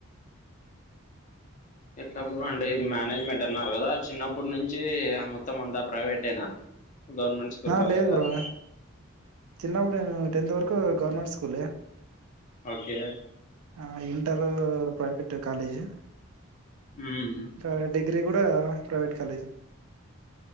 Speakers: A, on the left; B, on the right.
A: ఎట్లా అంటే ఇది మేనేజ్మెంట్ అన్నారు కదా చిన్నప్పుటి నుంచి చి అమ్మతో మందాప ప్రైవేట్ ఏనా గవర్నమెంట్ స్కూల్లోగదారా
B: ఆ లేదు బ్రో చిన్నప్పుడు నే టెన్త్ వరకు గవర్నమెంట్ స్కూల్ కులే
A: ఓకే
B: ఆ ఇంటరు ప్రైవేట్ కాలేజ్
A: మ్మ్
B: ఇకా డిగ్రీ కూడా ప్రైవేట్ కాలేజ్